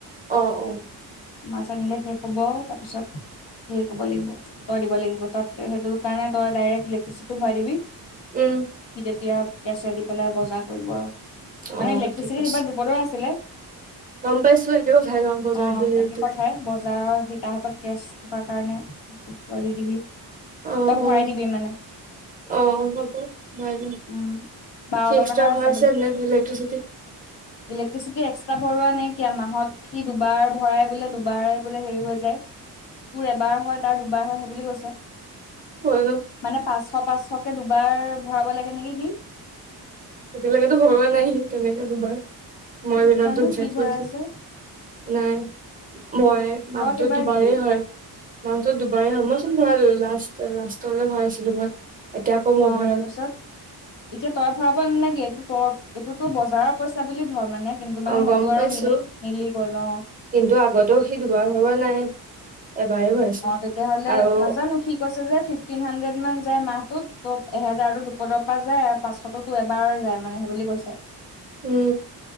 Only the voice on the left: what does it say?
মাছ আনিলে শেষ হ'ব আউ তাৰপিছত হেই কৰিব লাগিব তই দিব লাগিব তাতকে সেইটো কাৰণে তই ডাইৰেক্ট ইলেক্ট্ৰিচিটো ভৰাই দিবি
তেতিয়া কেচে দি পেলাই বজাৰ কৰিব আৰু
মানে ইলেক্ট্ৰিচিটিটো
এইবাৰ দুপদৰ আছিলে
অ
একে কথাই বজাৰৰ হি তা হাতত কেচ থকাৰ কাৰণে কৰি দিবি
ত
ভৰাই দিবি মানে
উম বাৰ
টকাহে
আছে
ইলেক্ট্ৰচিটি একচ একস্টা ভৰোৱা নাইকিয়া মাহত সি দুবাৰ ভৰাই বোলে দুবাৰ বোলে হেৰি হৈ যায় তোৰ এবাৰ হয় তাৰ দুবাৰ হয় সেইবুলি কৈছে
মানে পাঁচশ পাঁচশকে দুবাৰ ভৰাব লাগে নেকি সি
জানো
কি ভৰাইছে
তই কেইবাৰ
দিলি
অ
তাৰপিছত এতিয়া তই ভৰাব নেলাগে এইটো তই এইটোতো বজাৰৰ পইচা বুলি ধৰ মানে কিন্তু মানে
সেইটো
আৰু মিলি মিলি গ'ল অ
অ তেতিয়াহ'লে
নাজানো সি কৈছে যে ফিফটিন হাড্ৰেড মান যায় মাহটোত ত' এহেজাৰতো দুপৰ পৰা যায় আৰু পচ শটতো এবাৰ যায় মানে সেই বুলি কৈছে